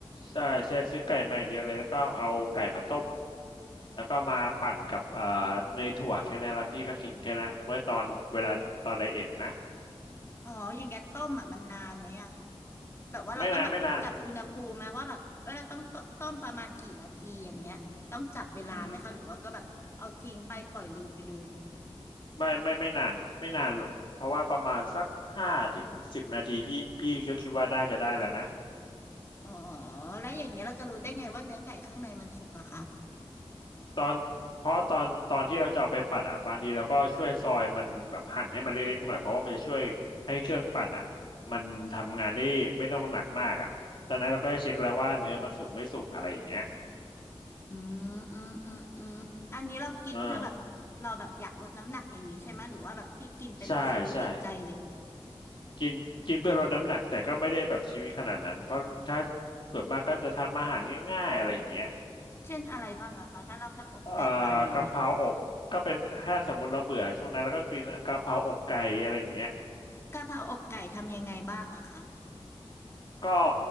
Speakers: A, on the left (about 50°); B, on the left (about 25°).
A: ใช่ใช่ซื้อไก่มาอย่างเดียวเลยแล้วก็เอาไก่มาต้มแล้วก็มาปั่นกับเอ่อเนยถั่วแค่นั้นละพี่ก็กินแค่นั้นเมื่อตอนเวลาตอนไดเอทนะ
B: อ๋ออย่างเงี้ยต้มอะมันนานไหมอะแบบว่าเราต้องแบบจับอุณหภูมิไหมว่าแบบเออเราต้องต้ต้มประมาณกี่นาทีอย่างเงี้ยต้องจับเวลาไหมคะหรือว่าก็แบบเอาทิ้งไปปล่อยลืมไปเลย
A: ไม่นานไม่นานอืมไม่ไม่ไม่นานไม่นานหรอกเพราะว่าประมาณสักห้าถึงสิบนาทีพี่พี่ก็คิดว่าน่าจะได้แล้วนะ
B: อ๋อแล้วอย่างเงี้ยเราจะรู้ได้ไงว่าเนื้อไก่ข้างในมันสุกอะคะ
A: ตอนเพราะตอนตอนที่เราจะเอาไปปั่นอ่ะบางทีเราก็ช่วยซอยมันแบบหั่นให้มันเล็กๆหน่อยเพราะว่ามันจะช่วยให้เครื่องปั่นอ่ะมันทำงานได้ไม่ต้องหนักมากอ่ะตอนนั้นเราก็ได้เช็คแล้วว่าเนื้อมันสุกไม่สุกอะไรอย่างเงี้ย
B: อืมอืมอืมอืมอันนี้เรากินเพื่อแบบเราแบบอยากลดน้ำหนักอย่างนี้ใช่ไหมหรือว่าแบบพี่กินเป็นแบบชีวิตจิตใจเลย
A: อ่าใช่ใช่กินกินเพื่อลดน้ำหนักแต่ก็ไม่ได้แบบชีวิตขนาดนั้นเพราะถ้าส่วนมากก็จะทำอาหารง่ายๆอะไรอย่างเงี้ย
B: เช่นอะไรบ้างอะคะถ้าเราจะอกไก่ปั่นอย่างเงี้ย
A: เอ่อกะเพราอกก็เป็นถ้าสมมติเราเบื่อช่วงนั้นเราก็กินกะเพราอกไก่อะไรอย่างเงี้ย
B: กะเพราอกไก่ทำยังไงบ้างอะคะ
A: ก็